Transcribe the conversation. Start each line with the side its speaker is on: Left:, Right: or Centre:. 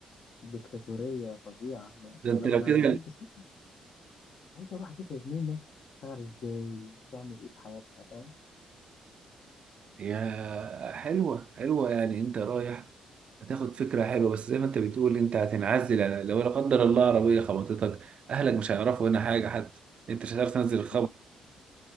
Left: ديكتاتورية فظيعة هناك
Right: ده انت
Left: أنا
Right: لو
Left: أنا
Right: كده
Left: عايز بس عايز أروح أشوف يا زميلي الناس بتشتغل إزاي بتعمل إيه في حياتها فاهم
Right: يا حلوة حلوة يعني انت رايح هتاخد فكرة حلوة بس زي ما انت بتقول انت هتنعزل يعني لو لا قدر الله عربية خبطتك اهلك مش هيعرفوا هنا حاجة حتى انت مش هتعرف تنزل الخبر
Left: <laughs>